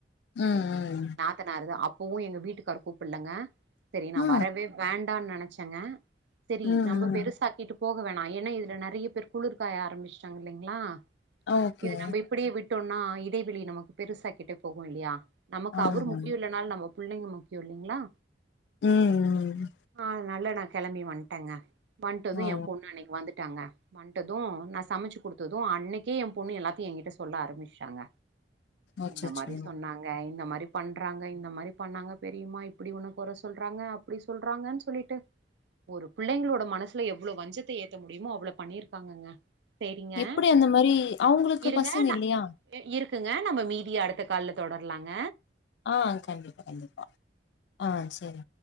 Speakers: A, on the left (about 70°); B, on the right (about 75°).
A: ம் ம்
B: நாத்தனாரு தா அப்பவூ எங்க வீட்டுகாரு கூப்பிட்லங்க சரி நா
A: ம் ஆ
B: வரவே வேண்டான் நெனைச்சங்க சரி
A: ம்
B: நம்ம
A: ம்
B: பெருசாக்கிட்டு போக வேணா ஏன்னா இதுல நெறைய பேர் குளிர் காய ஆரம்பிச்சட்டாங்க இல்லலைங்களா
A: ஓகே
B: இது நம்ம இப்படியே விட் விட்டோனா இடைவெளி நமக்கு பெருசாக்கிட்டே போகூ இல்லையா நமக்கு
A: ஆமா
B: அவர் முக்கியூ இல்லாட் னாலூ நம்ம புள்ளைங்க முக்கிய இல்லலைங்களா
A: ம் ம்
B: ஆ அதனால நா கெளம்பி வன்டேங்க வன்டதூ
A: ஆ
B: ஏன் பொண்ணு அன்னிக்கி வந்துடாங்க டததூ நா சமைச்சு கொடுத்ததூ அன்னிக்கே ஏ பொண்ணு எல்லாத்தையூ எங்கிட்ட சொல்ல ஆரம்பிச்சிட்டாங்க
A: அச்சச்சோ
B: இந்த மாரி சொன்னாங்க க இந்த மாரி பண்றாங்க இந்த மாரி பண்ணாங்க பெரியுமா இப்படி ஒன்ன கொர சொல்றாங்க இப்டி சொல்றாங்க சொல்லிட்டு ஒரு பிள்ளைங்களோட மனசுல எவ்ளே வஞ்சத்த ஏத்த முடியுமோ அவளோ பண்ணியிருக் பாங்ககசேரிங்க
A: எப்டி அந்த மாரி அவங்களுக்கு
B: இருங்க
A: பசங்க
B: ந
A: இல்லையா
B: இர் இருக்குங்க நம்ம மீதிய அடுத்த கால்ல தொடர்லாங்க
A: ஆ கண்டிப்பா கண்டிப்பா ஆ சரி